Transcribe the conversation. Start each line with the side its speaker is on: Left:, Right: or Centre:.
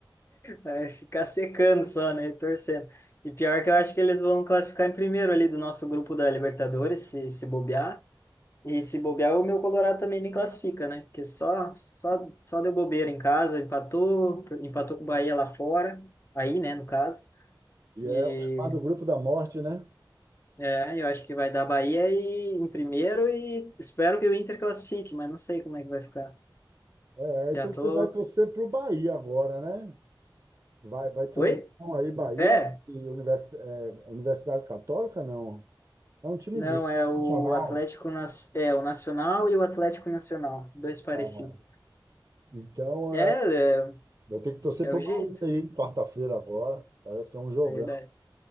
Left: É ficar secando só, né? Torcendo. E pior que eu acho que eles vão classificar em primeiro ali do nosso grupo da Libertadores, se, se bobear. E se bobear, o meu Colorado também nem classifica, né? Porque só, só, só deu bobeira em casa, empatou, empatou com o Bahia lá fora, aí, né, no caso.
Right: E
Left: E
Right: é o chamado grupo da morte, né?
Left: é, eu acho que vai dar Bahia e, em primeiro e espero que o Inter classifique, mas não sei como é que vai ficar.
Right: É,
Left: Já
Right: então você
Left: tô.
Right: vai torcer para o Bahia agora, né? Vai, vai ter
Left: Oi?
Right: um jogão aí, Bahia
Left: É?
Right: e Univers- é, Universidade Católica, não. É um time
Left: Não,
Right: grande,
Left: é o
Right: nacional.
Left: Atlético, nas é o Nacional e o Atlético Nacional, dois parecidos.
Right: É, Então,
Left: É,
Right: é,
Left: é,
Right: vai ter que torcer
Left: é
Right: pro
Left: o
Right: Bahia
Left: jeito,
Right: aí, quarta-feira agora. Parece que é um jogão.
Left: é verdade.